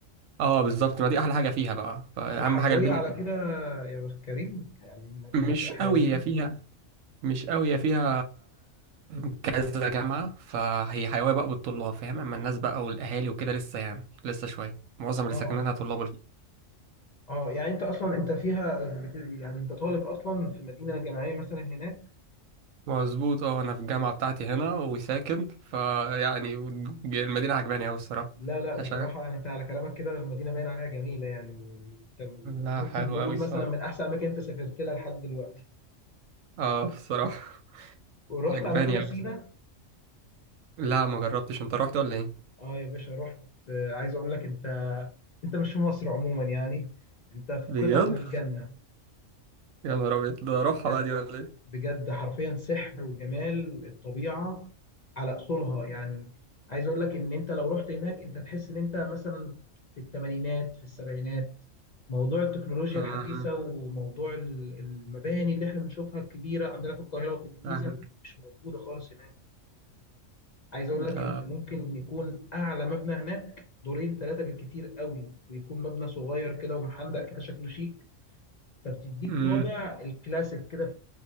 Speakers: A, on the right; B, on the left.
A: اه بالظبط ما دي احلى حاجه فيها بقى فاهم
B: وحيويه
A: حاجه البنيه
B: على
A: بتاعتها.
B: كده يا بخت كريم يعني
A: مش
B: منطقه حيويه
A: قوي هي فيها مش قوي هي فيها كذا جامعه فهي حيويه بقى بالطلاب فاهم اما الناس بقى والاهالي وكده لسه يعني لسه شويه معظم
B: اه
A: اللي ساكنينها طلاب
B: اه يعني انت اصلا انت فيها بت- يعني انت طالب اصلا في مدينه جامعيه مثلا هناك
A: مظبوط اه انا في الجامعه بتاعتي هنا وساكن فيعني المدينه عجباني اوي الصراحه
B: لا لا بصراحه
A: عشان
B: يعني انت على كلامك كده المدينه باين عليها جميله يعني من- انت
A: لا
B: ممكن
A: حلو
B: نقول
A: اوي الصراحه
B: مثلا من احسن اماكن انت سافرت لها لحد دلوقتي
A: اه الصراحه
B: ورحت
A: عجباني
B: على كده
A: اوي
B: سينا
A: لا ما جربتش انت رحت ولا ايه
B: اه يا باشا رحت آه، عايز اقول لك انت انت مش في مصر عموما يعني انت في
A: بجد
B: قطعه من الجنه
A: يا نهار ابيض ده اروحها
B: بجد
A: بقى دي ولا ايه
B: بجد حرفيا سحر وجمال الطبيعة على أصولها يعني عايز أقول لك إن أنت لو رحت هناك أنت تحس إن أنت مثلا في الثمانينات في السبعينات موضوع التكنولوجيا
A: آه،
B: الحديثة وموضوع ال- المباني اللي احنا بنشوفها الكبيرة عندنا في القاهرة وفي الجيزة
A: فاهمك
B: مش موجودة خالص هناك عايز أقول
A: ده
B: لك إن ممكن يكون أعلى مبنى هناك دورين ثلاثة بالكتير قوي ويكون مبنى صغير كده ومحندق كده شكله شيك فبتديك
A: امم
B: طابع الكلاسيك كده